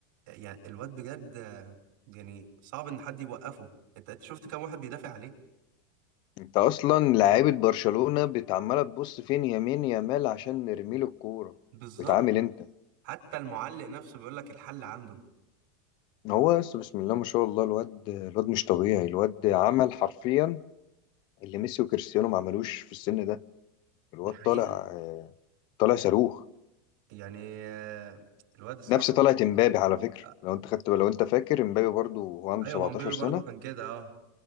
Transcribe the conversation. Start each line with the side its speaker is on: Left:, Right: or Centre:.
Right: يعني الواد بجد آه، يعني صعب ان حد يوقفه انت أنت شفت كام واحد بيدافع عليه
Left: انت اصلا لعيبه برشلونه بتعمله تبص فين يمين يامال عشان نرمي له الكوره
Right: بالظبط
Left: بتعامل انت
Right: حتى المعلق نفسه بيقول لك الحل عنده
Left: هو بس بسم الله ما شاء الله الواد الواد مش طبيعي الواد عمل حرفيا اللي ميسي وكريستيانو ما عملوش في السن ده الواد
Right: دي حقيقة
Left: طالع آه، طالع صاروخ
Right: يعني آه، الواد الصراحة
Left: نفس طلعت
Right: بص-
Left: امبابي على فكره
Right: آه،
Left: لو انت خدت لو انت فاكر امبابي برضو هو عنده
Right: ايوه
Left: 17
Right: هو مبابي
Left: سنه
Right: برضه كان كده اه